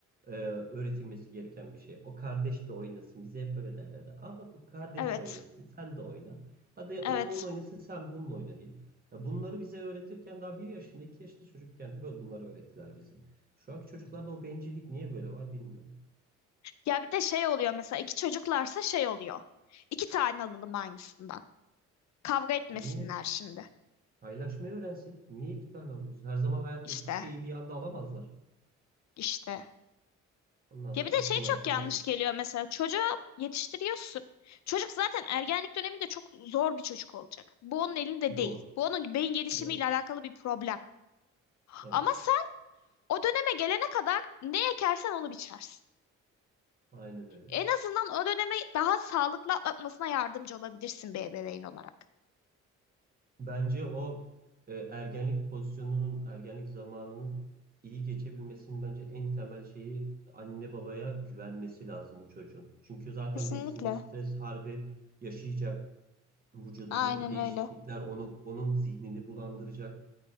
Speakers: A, on the right; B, on the left.
A: e, öğretilmesi gereken bir şey. O kardeş de oynasın. Bize hep böyle derlerdi. Aa bak o kardeş
B: Evet.
A: de oynasın. Sen de oyna. Hadi o
B: Evet.
A: onun oynasın sen bununla oyna diye. Ya bunları bize öğretirken daha bir yaşında 2 yaşında çocukken böyle bunları öğrettiler bize. Şu anki çocuklarda o bencillik niye böyle var bilmiyorum.
B: Ya bir de şey oluyor mesela iki çocuklarsa şey oluyor. İki tane alalım aynısından. Kavga etmesinler
A: Niye?
B: şimdi.
A: Paylaşmayı öğrensin. Niye iki tane alıyorsun? Her zaman hayatta
B: İşte.
A: iki şeyi bir anda alamazlar.
B: işte.
A: Ondan
B: Ya
A: sonra
B: bir de
A: şımarık
B: şey çok
A: bir
B: yanlış
A: nesil.
B: geliyor mesela çocuğu yetiştiriyorsun. Çocuk zaten ergenlik döneminde çok zor bir çocuk olacak. Bu onun elinde
A: Doğru.
B: değil. Bu onun beyin gelişimiyle
A: Doğru.
B: alakalı bir problem.
A: Evet.
B: Ama O döneme gelene kadar ne ekersen onu biçersin.
A: Aynen öyle.
B: En azından o dönemi daha sağlıklı atlatmasına yardımcı olabilirsin bir ebeveyn olarak.
A: Bence o e, ergenlik pozisyonunun, ergenlik zamanının iyi geçebilmesinin bence en temel şeyi anne babaya güvenmesi lazım o çocuğun. Çünkü zaten
B: Kesinlikle.
A: bir sinir stres harbi yaşayacak. vücudundaki
B: Aynen
A: değişiklikler
B: öyle.
A: onu onun zihnini bulandıracak.